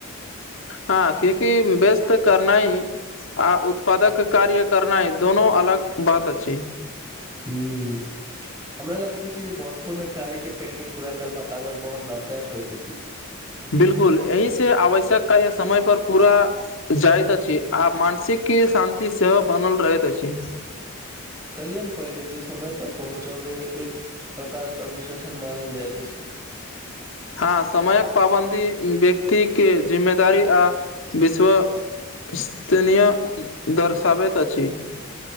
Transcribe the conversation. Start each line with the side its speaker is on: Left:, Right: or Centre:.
Left: हँ कियाकि व्यस्त करनै आ उत्पादक कार्य करनै दोनो अलग बात अछि
Right: हुॅं हमरा लगैत अछि जे महत्वपूर्ण कार्य के पहिने पूरा करबाक आदत बहुत लाभदायक होइत अछि
Left: बिलकुल अहि से आवश्यक कार्य समय पर पूरा जाइत अछि आ मानसिक शान्ति सेहो बनल रहैत अछि
Right: कली हम परलौ जे समय पर पहुँचाबै ए प्रकारक अनुशासन मानल जाइत अछि
Left: हँ समयक पाबन्दी व्यक्ति के जिम्मेदारी आ विश्व -स्तनीय दर्शाबैत अछि